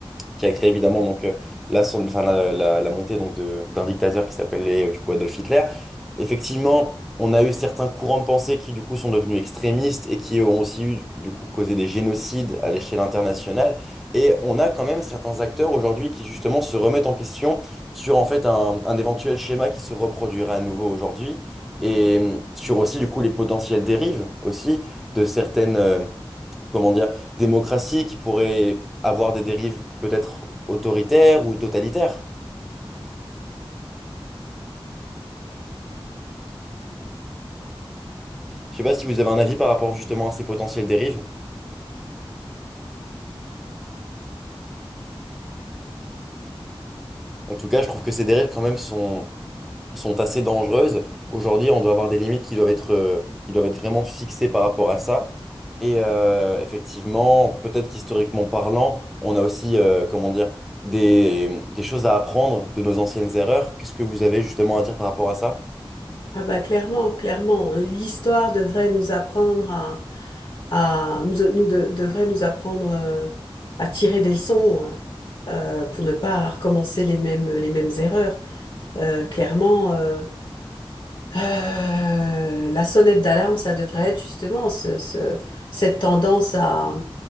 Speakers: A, in the centre; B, on the left.
A: qui a créé évidemment donc euh, la, son- enfin, la, la- la montée donc de- d'un dictateur qui s'appelait euh, du coup Adolf Hitler. Effectivement, on a eu certains courants de pensée qui du coup sont devenus extrémistes et qui ont aussi eu du coup causé des génocides à l'échelle internationale. Et on a quand même certains acteurs aujourd'hui qui justement se remettent en question sur en fait un, un éventuel schéma qui se reproduirait à nouveau aujourd'hui et euh, sur aussi du coup les potentielles dérives aussi de certaines euh, comment dire, démocratie qui pourrait avoir des dérives peut-être autoritaires ou totalitaires. Je sais pas si vous avez un avis par rapport justement à ces potentielles dérives. En tout cas, je trouve que ces dérives quand même sont, sont assez dangereuses. Aujourd'hui, on doit avoir des limites qui doivent être, euh, qui doivent être vraiment fixées par rapport à ça. Et euh, effectivement, peut-être qu'historiquement parlant, on a aussi, euh, comment dire, des, des choses à apprendre de nos anciennes erreurs. Qu'est-ce que vous avez justement à dire par rapport à ça?
B: ah bah clairement, clairement, l'histoire devrait nous apprendre à, à nous, nous de- devrait nous apprendre euh, à tirer des leçons euh, pour ne pas recommencer les mêmes, les mêmes erreurs. Euh, clairement, euh, euh, la sonnette d'alarme, ça devrait être justement ce, ce- cette tendance à,